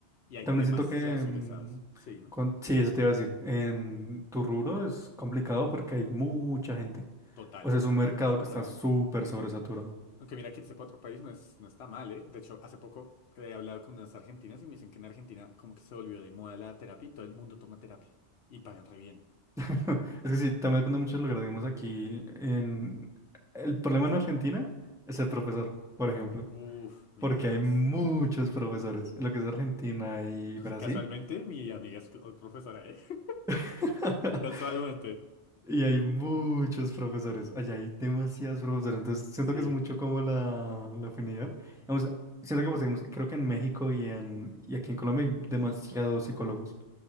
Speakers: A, on the left; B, in the centre.
A: Y hay
B: También
A: demasiados
B: siento que, mm,
A: egresados. Sí, dime.
B: con... sí, eso te iba a decir, en tu rubro es complicado porque hay mucha gente.
A: Total.
B: O sea, es un mercado
A: Totalmente.
B: que está súper sobresaturado.
A: Aunque mira que irse para otro país no es, no está mal, ¿eh? De hecho, hace poco he hablado con unas argentinas y me dicen que en Argentina como que se volvió de moda la terapia y todo el mundo toma terapia. Y pagan re bien.
B: <laughs> Es que sí, también depende mucho de lo que hagamos aquí en... El problema en Argentina es el profesor, por ejemplo,
A: Uf, mira,
B: porque
A: pues
B: hay muchos profesores, en lo que es Argentina y Brasil,
A: casualmente mi amiga es cl- profesora, ¿eh? <laughs>
B: <laughs>
A: Casualmente.
B: y hay muchos profesores, allá hay demasiados profesores, entonces siento
A: Sí.
B: que es mucho como la, la afinidad. Vamos, siento que, pues, digamos, creo que en México y, en, y aquí en Colombia hay demasiados
A: Ujú.
B: psicólogos